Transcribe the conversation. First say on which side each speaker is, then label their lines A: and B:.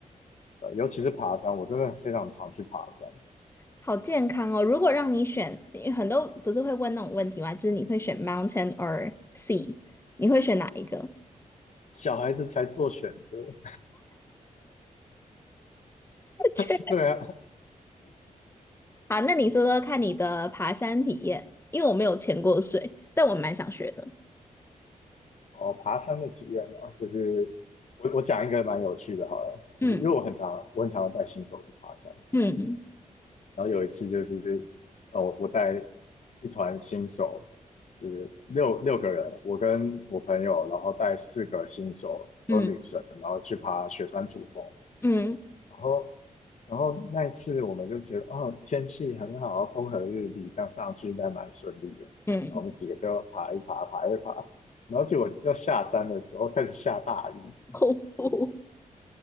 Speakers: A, on the left; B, on the left.
A: 呃，尤其是爬山，我真的非常常去爬山。
B: 好健康哦。如果让你选，因为很多不是会问那种问题吗？就是你会选 mountain or sea，你会选哪一个？
A: 小孩子才做选择，
B: <laughs> 确
A: <laughs> 对啊。
B: 好，那你说说看你的爬山体验，因为我没有潜过水，但我蛮想学的。
A: 哦，爬山的体验嘛，就是我我讲一个蛮有趣的，好了，
B: 嗯
A: 就是因为我很常我很常带新手去爬山，
B: 嗯
A: 然后有一次就是，哦，我带一团新手，就是六六个人，我跟我朋友，然后带四个新手，都是女生，
B: 嗯
A: 然后去爬雪山主峰。
B: 嗯
A: 然后，然后那一次我们就觉得，哦，天气很好，风和日丽，这样上去应该蛮顺利的。然后我们几个就爬一爬，
B: 嗯，
A: 爬一爬，然后结果要下山的时候开始下大雨，
B: 瀑布，